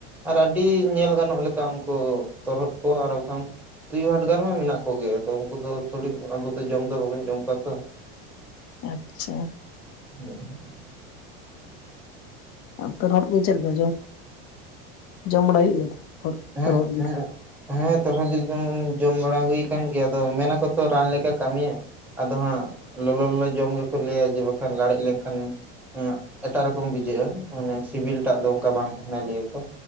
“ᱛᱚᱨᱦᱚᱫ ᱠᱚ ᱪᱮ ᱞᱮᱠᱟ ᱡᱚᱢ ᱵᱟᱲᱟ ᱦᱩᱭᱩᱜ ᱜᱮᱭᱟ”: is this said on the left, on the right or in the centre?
Left